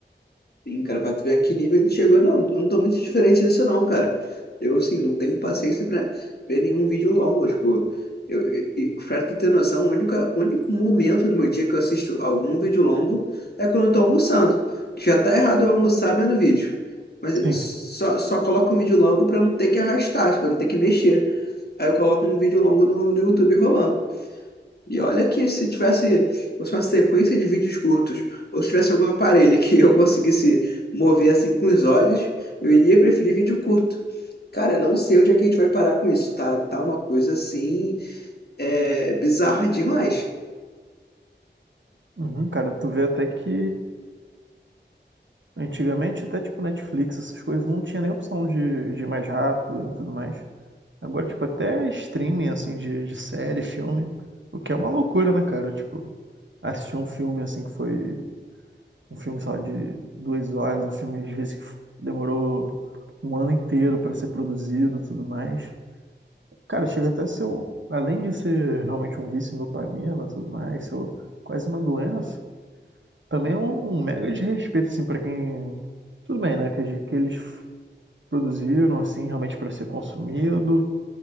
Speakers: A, on the left; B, on the right.
A: Sim, cara, pra tu ver a que nível a gente chegou, não, eu não tô muito diferente disso não, cara. Eu, assim, não tenho paciência pra ver nenhum vídeo longo, tipo, eu, e, e pra tu ter noção, o único, o único momento do meu dia que eu assisto algum vídeo longo é quando eu tô almoçando. Já tá errado eu almoçar vendo vídeo, mas eu
B: Sim.
A: só, só coloco um vídeo longo pra não ter que arrastar, tipo, não ter que mexer. Aí eu coloco um vídeo longo no, no YouTube rolando. E olha que se tivesse fosse uma sequência de vídeos curtos, ou se tivesse algum aparelho <laughs> que eu conseguisse mover assim com os olhos, eu iria preferir vídeo curto. Cara, eu não sei onde é que a gente vai parar com isso. Tá, tá uma coisa assim, é, bizarra demais.
B: Uhum, cara, tu vê até que antigamente, até tipo Netflix, essas coisas, não tinha nem opção de, de ir mais rápido e tudo mais. Agora, tipo, até streaming, assim, de, de série, filme, o que é uma loucura, né, cara? Tipo, assistir um filme, assim, que foi um filme, sei lá, de duas horas, um filme, às vezes, que demorou um ano inteiro pra ser produzido e tudo mais. Cara, chega até a ser, um- além de ser realmente um vício em dopamina e tudo mais, ser quase uma doença, também é um, um mega desrespeito, assim, para quem. Tudo bem, né? Que, a gente- que eles produziram, assim, realmente para ser consumido,